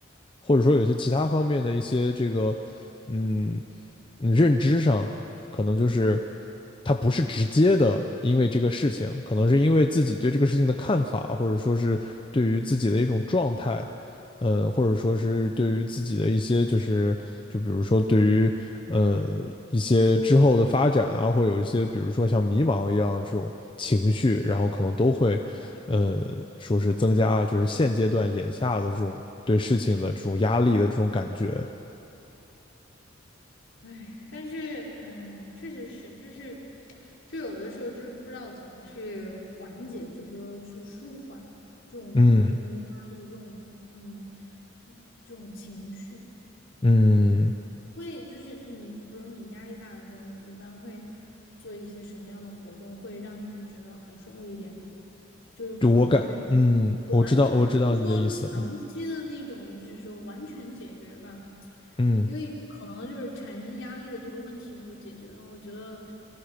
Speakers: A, on the left; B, on the left.
A: 或者说有些其他方面的一些这个，嗯，嗯认知上，可能就是他不是直接的因为这个事情，可能是因为自己对这个事情的看法，或者说是对于自己的一种状态，呃，或者说是对于自己的一些就是就比如说对于呃一些之后的发展啊，会有一些比如说像迷茫一样的这种情绪，然后可能都会。呃，说是增加就是现阶段眼下的这种对事情的这种压力的这种感觉。
B: 哎，但是哎呀，确实是，就是就有的时候就是不知道怎么去缓解，就比如说去舒缓这种，
A: 嗯
B: 比如说压力这种，嗯，这种情绪。
A: 嗯，
B: 会就是你，就比如你压力大的时候，你一般会做一些什么样的活动，会让你觉得好受一点呢？就是可能会
A: 就我感，嗯，我知道我知道你的意思。
B: 完，就不说长期的那种，
A: 嗯
B: 就是说完全解决吧，
A: 嗯，
B: 因为可能就是产生压力的这个问题没有解决到，我觉得，